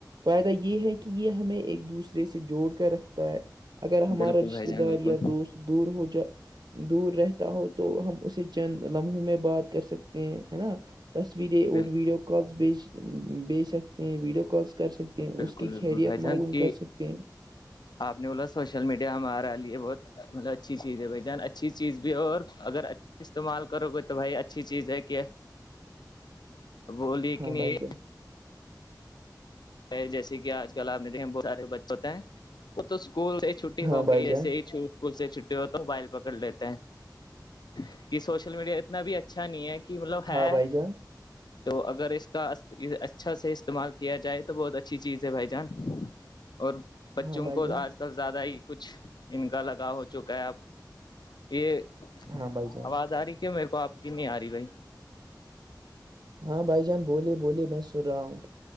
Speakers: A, on the right; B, on the left.
A: فائدہ یہ ہے کہ یہ ہمیں ایک دوسرے سے جوڑ کر رکھتا ہے اگر ہمارا
B: بالکل
A: رشتتے
B: بھائی جان
A: دار
B: بالکل
A: یا دوست دور ہو جا دور رہتا ہو تو ہم اسے چند لمحوں میں بات کر سکتے ہیں ہے نا تصویریں اور
B: بالکل
A: ویڈیو کالس بیچ بیج سکتے ہیں ویڈیو کالس کر سکتے
B: بالکل
A: اس کی خیریت
B: بالکل بھائی
A: معگوم
B: جان کی
A: کر سکتے ہیں
B: آپ نے بولا سوشل میڈیا ہمارے لیے بہت مطلب اچھی چیز ہے بھائی جان اچھی چیز بھی ہو اور اگر اچ استعمال کرو گے تو بھائی اچھی چیز ہے کہ بلیے
A: ہاں
B: کہ نہیں
A: بھائی
B: یہ
A: جان
B: جیسے کہ آج کل آپ نے دیکھ بہت سارے بچے ہوتے ہیں وہ تو اسکول چھٹی
A: ہاں
B: ہو
A: بھائی
B: کے
A: جان
B: ایسے ہی چ اسکول سے چھٹی ہو تو ہے موبائل پکڑ لیتے ہیں کہ سوشل میڈیا اتنا بھی اچھا نہیں ہے کہ مطلب ہے
A: ہاں بھائی جان
B: تو اگر اس کا اچھا سے استعمال کیا جائے تو بہت اچھی چیز ہے بھائی جان اور بچوں
A: ہاں بھائی
B: کو
A: جان
B: آج سب زیادہ ہی کچھ ان کا لگاؤ ہو چکا ہے اب یہ
A: ہاں بھائی جان
B: آواز آ رہی کی میرے کو آپ کی نہیں آ رہی بھائی
A: ہاں بھائی جان بولیے بولیے میں سن رہا ہوں